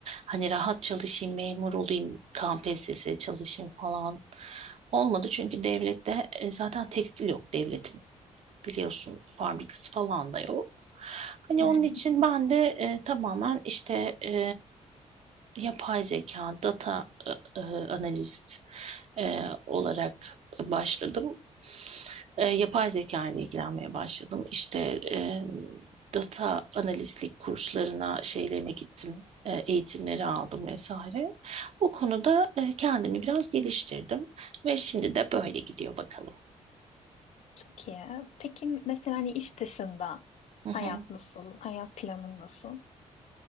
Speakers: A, on the right; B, on the left.
A: Hani rahat çalışayım, memur olayım, tam KPSS çalışayım falan olmadı. Çünkü devlette e, zaten tekstil yok devletin. biliyorsun fabrikası falan da yok. Hani
B: Hı.
A: onun için ben de e, tamamen işte e, yapay zeka, data e, e, analist e, olarak başladım. E, yapay zeka ile ilgilenmeye başladım. İşte e, data analistlik kurslarına, şeylerine gittim. E, eğitimleri aldım vesaire. O konuda e, kendimi biraz geliştirdim ve şimdi de böyle gidiyor bakalım.
B: Çok iyi. Peki mesela hani iş dışında
A: Hı hı.
B: hayat nasıl? Hayat planın nasıl?